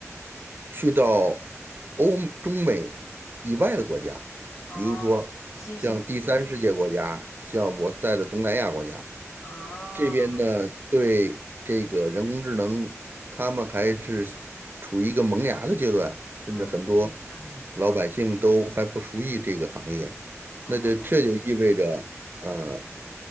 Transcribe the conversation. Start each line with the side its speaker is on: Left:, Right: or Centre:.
Right: 去到欧中美以外的国家，
Left: 哦，
Right: 比如说像第三世界国家，
Left: 星星
Right: 像我在的东南亚国家，
Left: 啊，
Right: 这边呢，
Left: 哦
Right: 对这个人工智能，他们还是处于一个萌芽的阶段，甚至很多
Left: 嗯，我明白了。
Right: 老百姓都还不熟悉这个行业。
Left: 哦，
Right: 那就这就意味着，呃，